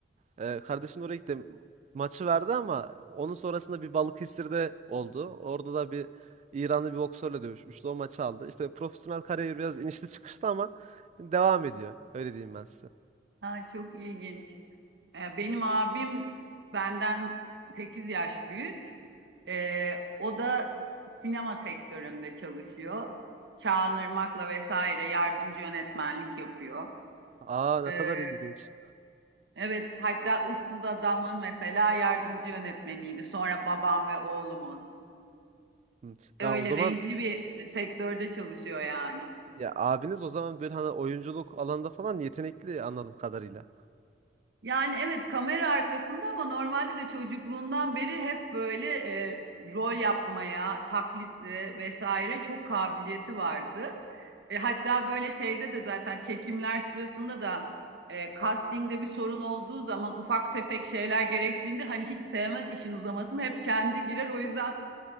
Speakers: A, on the right (about 40°); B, on the right (about 75°).
A: Ee, kardeşim de oraya gitti. Maçı verdi ama onun sonrasında bir Balıkesir'de oldu. Orada da bir İranlı bir boksörle dövüşmüştü. O maçı aldı. İşte profesyonel kariyeri biraz inişli çıkışlı ama devam ediyor. Öyle diyeyim ben size.
B: Aa, çok ilginç. Ee, benim abim benden 8 yaş büyük. Ee, o da sinema sektöründe çalışıyor. Çağınırmak'la vesaire yardımcı yönetmenlik yapıyor.
A: Aa ne
B: Ee,
A: kadar ilginç.
B: evet hatta Issız Adam'ın mesela yardımcı yönetmeniydi. Sonra babam ve oğlumun.
A: Hı.
B: Öyle
A: Ya o zaman
B: renkli bir sektörde çalışıyor yani.
A: Ya abiniz o zaman böyle hani oyunculuk alanında falan yetenekli anladığım kadarıyla.
B: Yani evet kamera arkasında ama normalde de çocukluğundan beri hep böyle e, rol yapmaya, taklitli vesaire çok kabiliyeti vardı. E, hatta böyle şeyde de zaten çekimler sırasında da e, castingde bir sorun olduğu zaman ufak tefek şeyler gerektiğinde hani hiç sevmez işin uzamasını hep kendi girer. O yüzden